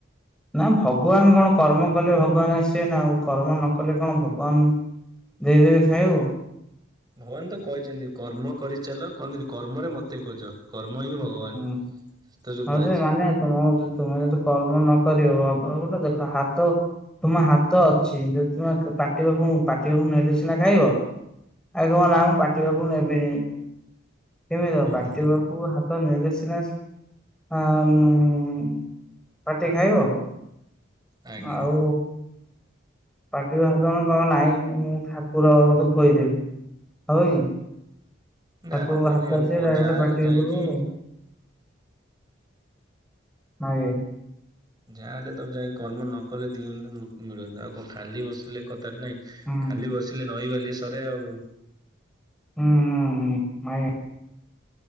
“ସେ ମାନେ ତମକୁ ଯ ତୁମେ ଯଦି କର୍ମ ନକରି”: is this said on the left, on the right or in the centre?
Centre